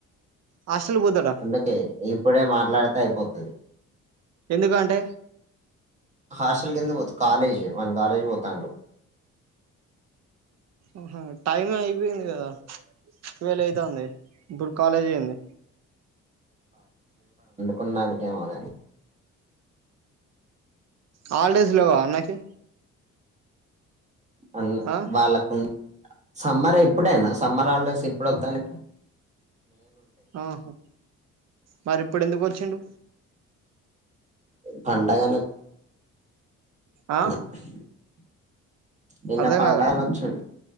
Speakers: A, on the right (about 60°); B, on the right (about 25°).
A: హాస్టల్ పోతాడా
B: అందుకే ఇప్పుడే మాట్లాడితే అయిపోతది
A: ఎందుకు అంటే
B: హాస్టల్ కెందుకు పోతు కాలేజు వని కాలేజీకి పోతాండు
A: ఆహా టైమే అయిపోయింది కదా టువెల్ అయితంది ఇప్పుడు కాలేజ్ ఏందీ
B: కుండానికేమొగాని
A: హాలిడేస్ లేవ అన్నాకి
B: అన్న
A: ఆ
B: వాళ్ళ కున్ సమ్మర్ ఎప్పుడేనా సమ్మర్ హాలిడేస్ ఇప్పుడోతానై
A: ఆహా మరి ఇప్పుడెందుకు వచ్చిండు
B: పండగనో న్న
A: ఆ
B: నిన్న
A: అర్ధం
B: పండగనోచ్చిండు
A: కాలే